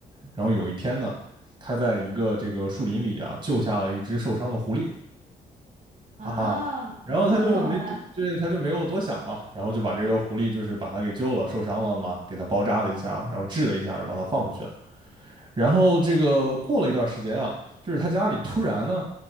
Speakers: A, on the right; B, on the right.
A: 然后有一天呢，他在一个这个树林里啊，救下了一只受伤的狐狸。
B: 啊，
A: 啊，然后他就没对，
B: 我懂了。
A: 对他就没有多想嘛，然后就把这个狐狸就是把他给救了，受伤了嘛，给他包扎了一下，然后治了一下，然后把他放回去了。然后这个过了一段时间啊，就是他家里突然呢